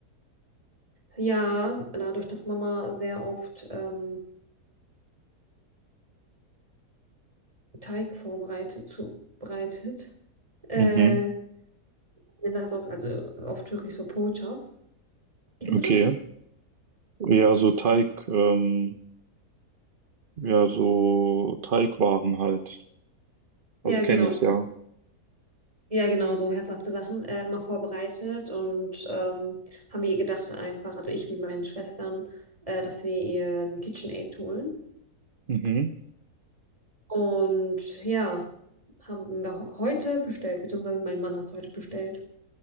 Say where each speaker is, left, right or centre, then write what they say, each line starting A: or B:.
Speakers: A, on the right; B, on the right.
A: Ja, dadurch, dass Mama sehr oft ähm, Teig vorbereitet, zubereitet, Äh,
B: Mhm.
A: nennen das auf, also auf Türkisch so Poğaças. Kennst
B: Okay.
A: du das?
B: Ja, so Teig, ähm, ja, so Teigwaren halt.
A: Ja,
B: Also kenne
A: genau.
B: ich ja.
A: Ja, genau, so herzhafte Sachen äh, immer vorbereitet und ähm, haben wir ihr gedacht einfach, also ich mit meinen Schwestern, äh, dass wir ihr ein KitchenAid holen.
B: Mhm.
A: Und ja, haben wir ho- heute bestellt, beziehungsweise mein Mann hat es heute bestellt.